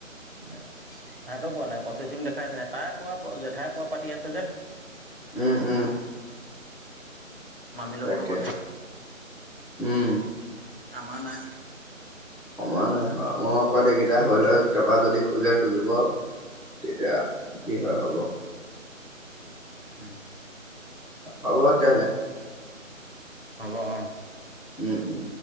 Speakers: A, on the right; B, in the centre.
A: এ সেহেঁতেও পোৱা নাই প্ৰচেচিং দেখাইছে হে, তাই পোৱা জেঠাই পোৱা পাতি আছে যে
B: উম', উম।
A: মামীৰ
B: তাকে
A: লগতো কথ
B: উম
A: আামা না
B: সময় নাই হয় মই অকল এইকেইটা হৈ লৈ তাপা যদি খোজে খুজিব আও তেতিয়া কি হয় হ'ব।
A: উম'।
B: হ'ব তেতিয়াহলে।
A: হ'ব অ'।
B: উম', উম'।